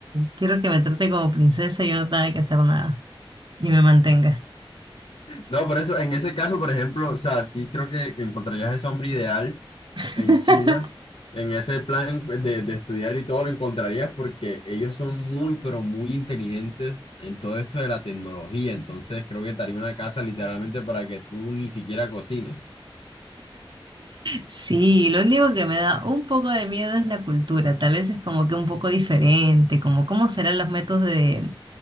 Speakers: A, on the right; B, on the left.
A: Quiero que me trate como princesa y yo no tenga que hacer nada. Y me mantenga.
B: No, por eso, en ese caso, por ejemplo, o sea, sí creo que, que encontrarías ese hombre ideal
A: <laughs>
B: en China, en ese plan pues, de, de estudiar y todo lo encontrarías porque ellos son muy, pero muy inteligentes en todo esto de la tecnología. Entonces, creo que te haría una casa literalmente para que tú ni siquiera cocines.
A: Sí, lo único que me da un poco de miedo es la cultura. Tal vez es como que un poco diferente, como cómo serán los métodos de,